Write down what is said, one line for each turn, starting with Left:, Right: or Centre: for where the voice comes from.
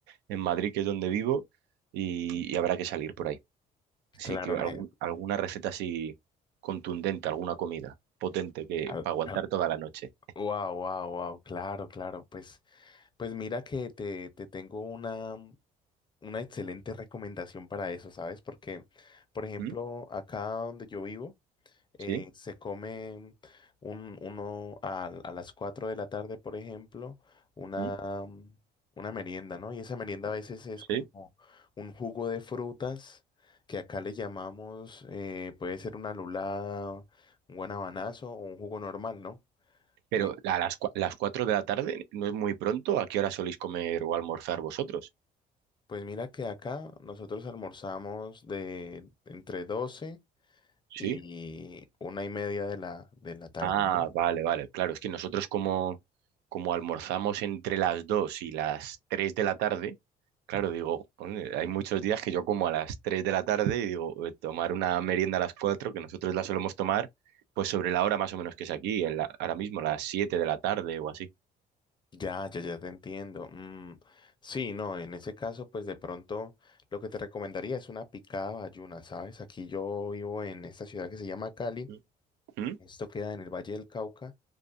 Right: en Madrid, que es donde vivo, y, y habrá que salir por ahí. Así
Left: Claro,
Right: que algún-
Left: ne-
Right: alguna receta así contundente, alguna comida potente que
Left: al-
Right: para aguantar
Left: al-
Right: toda la noche.
Left: wow, wow, wow, claro, claro. Pues, pues mira que te, te tengo una. una excelente recomendación para eso, ¿sabes? Porque, por ejemplo,
Right: ¿Mm?
Left: acá donde yo vivo, eh,
Right: ¿Sí?
Left: se come un, uno a, a las 4 de la tarde, por ejemplo, una,
Right: ¿Mm?
Left: mm, una merienda, ¿no? Y esa merienda a veces es como
Right: ¿Sí?
Left: un jugo de frutas que acá le llamamos, eh, puede ser una lulada, un guanabanazo o un jugo normal, ¿no?
Right: Pero
Left: Eh,
Right: a las, cua- las 4 de la tarde no es muy pronto. ¿A qué hora soléis comer o almorzar vosotros?
Left: pues mira que acá nosotros almorzamos de entre 12
Right: ¿Sí?
Left: y una y media de la, de la tarde,
Right: Ah,
Left: ¿no?
Right: vale, vale. Claro, es que nosotros como, como almorzamos entre las 2 y las 3 de la tarde, claro, digo, "Joder, hay muchos días que yo como a las 3 de la tarde y digo, eh, tomar una merienda a las 4, que nosotros la solemos tomar, pues sobre la hora más o menos que es aquí, en la- ahora mismo, las siete de la tarde o así.
Left: Ya, ya, ya te entiendo. Mm, sí, no, en ese caso, pues de pronto lo que te recomendaría es una picada bayuna, ¿sabes? Aquí yo vivo en esta ciudad que se llama Cali.
Right: ¿Mm? ¿Mm?
Left: Esto queda en el Valle del Cauca,